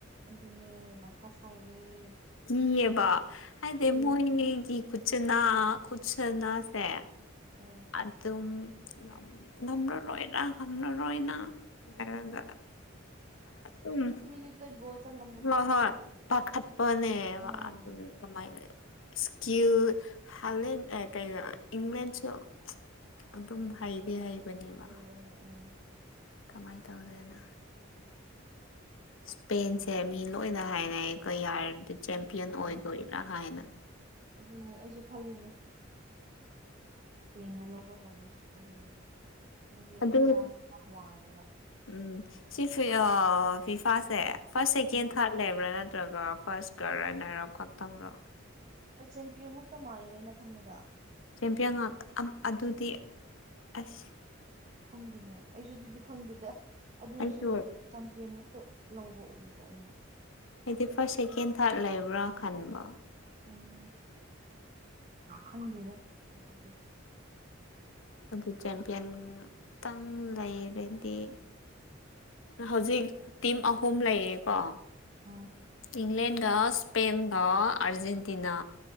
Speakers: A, on the right; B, on the left.
A: ꯑꯗꯨꯅꯤ ꯃꯊꯥ ꯁꯥꯏꯌꯦ
B: ꯀꯤꯌꯦꯕ ꯍꯥꯏꯗꯤ
A: ꯀꯤ
B: ꯃꯣꯏꯅꯤꯒꯤ ꯈꯨꯠꯁꯅꯥ ꯈꯨꯠꯁꯅꯥꯁꯦ
A: ꯎꯝ
B: ꯑꯗꯨꯝ ꯉꯝ ꯉꯝꯔꯥꯔꯣꯏꯗꯥ ꯉꯪꯝꯔꯔꯣꯏꯅ ꯂꯩꯏꯔꯒꯥ ꯑꯗꯨꯝ
A: ꯃꯤꯅꯤꯠꯇꯥ ꯒꯣꯜ ꯆꯟꯉꯥ
B: ꯍꯣꯏ ꯍꯣꯏ ꯄꯥꯈꯠꯄꯅꯦꯕ
A: ꯎꯝ
B: ꯑꯗꯨꯝ ꯀꯃꯥꯏꯅ ꯏꯁꯀ꯭ꯌꯨ ꯍꯥꯂꯦꯟ ꯑꯥ ꯀꯩꯅꯣ ꯏꯪꯂꯦꯟꯁꯨ ꯑꯗꯨꯝ ꯍꯩꯗꯤ ꯍꯩꯕꯅꯦꯕ
A: ꯃꯥꯅꯦ ꯎꯝ
B: ꯀꯃꯥꯏꯟ ꯇꯧꯗꯣꯅꯣ ꯏꯁꯄꯦꯟꯁꯦ ꯃꯤ ꯂꯣꯏꯅ ꯍꯥꯏꯅꯩꯌꯦ ꯀꯩ ꯍꯥꯏꯔꯗꯤ ꯆꯦꯝꯄꯤꯌꯟ
A: ꯎꯝ
B: ꯑꯣꯏꯗꯣꯏꯔꯥ ꯍꯥꯏꯅ
A: ꯑꯗꯨꯅꯦ ꯑꯩꯁꯨ ꯈꯜꯂꯤꯅꯦ ꯏꯁꯄꯦꯟꯅ ꯂꯧꯒꯗ꯭ꯔꯥꯅ ꯑꯩꯁꯨ ꯈꯜꯂꯤꯅꯦ ꯃꯣꯏꯁꯦ
B: ꯑꯗꯨ
A: ꯆꯥꯟꯁ ꯌꯥꯝ ꯋꯥꯡꯉꯦꯕ
B: ꯎꯝ ꯁꯤ ꯐꯦ ꯑꯥ ꯐꯤꯐꯥꯁꯦ ꯐꯥꯔꯁ ꯁꯦꯀꯦꯟ
A: ꯎꯝ
B: ꯊꯥꯔꯠ ꯂꯩꯕ꯭ꯔꯥ ꯅꯠꯇ꯭ꯔꯒꯥ ꯐꯥꯔꯁ ꯀꯔꯥꯔꯅꯦ ꯈꯪꯇꯪꯂꯥ
A: ꯑꯥ ꯆꯦꯝꯄꯤꯌꯟꯃꯛꯇꯥ ꯃꯥꯜꯂꯤꯗꯥ ꯑꯩꯅ ꯈꯟꯕꯗꯥ
B: ꯆꯦꯝꯄꯤꯌꯟ ꯉꯥꯛ ꯑꯗꯨꯗꯤ ꯑꯁ
A: ꯈꯪꯗꯦꯅꯦ ꯑꯩꯁꯨ ꯑꯗꯨꯗꯤ ꯈꯪꯗꯦꯗꯥ ꯑꯗꯨꯏꯁꯨ
B: ꯑꯩꯁꯨ
A: ꯆꯝꯄꯤ꯭ꯌꯟ ꯉꯛꯇ ꯂꯧꯕ ꯎꯕ ꯑꯩꯅ
B: ꯍꯥꯏꯗꯤ ꯐꯥꯔꯁ ꯁꯦꯀꯦꯟ ꯊꯥꯔꯠ ꯂꯩꯕ꯭ꯔꯥ ꯈꯟꯕ
A: ꯎꯝ ꯈꯪꯗꯦꯗꯥ ꯑꯗꯨꯗꯤ
B: ꯑꯗꯨ ꯆꯦꯝꯄꯤꯌꯟꯇꯪ ꯂꯩꯔꯗꯤ ꯍꯧꯖꯤꯛ ꯇꯤꯝ ꯑꯍꯨꯝ ꯂꯩꯌꯦꯀꯣ
A: ꯑꯥ
B: ꯏꯪꯂꯦꯟꯒꯥ ꯁ꯭ꯄꯦꯟꯒꯥ ꯑꯥꯔꯖꯦꯟꯇꯤꯅꯥ